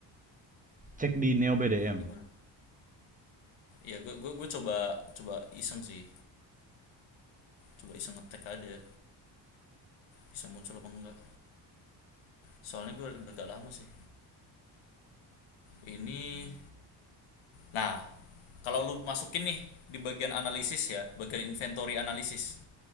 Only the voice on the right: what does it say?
cek di Neo BDM